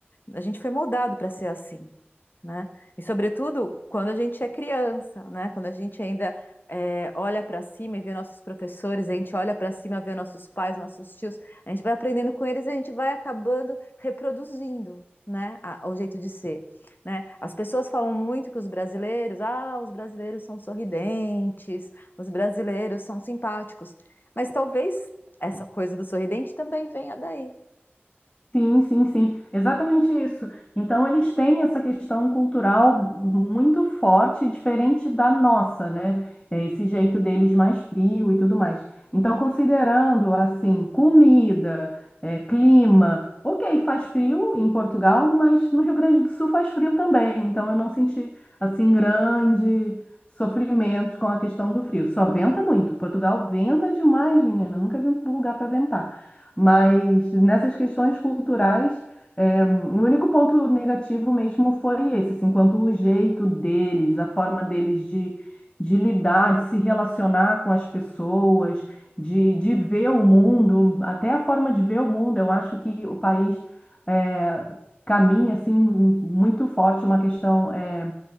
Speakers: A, on the left; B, on the left.
A: a gente foi moldado para ser assim, né? E sobretudo quando a gente é criança, né? Quando a gente ainda é, olha para cima e vê nossos professores, a gente olha para cima, e vê nossos pais, nossos tios, a gente vai aprendendo com eles e a gente vai acabando reproduzindo, né, a- o jeito de ser, né? As pessoas falam muito que os brasileiros, ah, os brasileiros são sorridentes, os brasileiros são simpáticos, mas talvez essa coisa do sorridente também venha daí.
B: Sim, sim, sim, exatamente isso. Então, eles têm essa questão cultural muito forte, diferente da nossa, né? É Esse jeito deles mais frio e tudo mais. Então, considerando, assim, comida, é, clima, ok, faz frio em Portugal, mas no Rio Grande do Sul faz frio também. Então, eu não senti, assim, grande sofrimento com a questão do frio. Só venta muito. Portugal venta demais, menina. Nunca vi um lugar para ventar. Mas nessas questões culturais, é, o único ponto negativo mesmo foi esse, assim, quanto o jeito deles, a forma deles de, de lidar, de se relacionar com as pessoas, de, de ver o mundo, até a forma de ver o mundo. Eu acho que o país é, caminha, assim, muito forte uma questão é,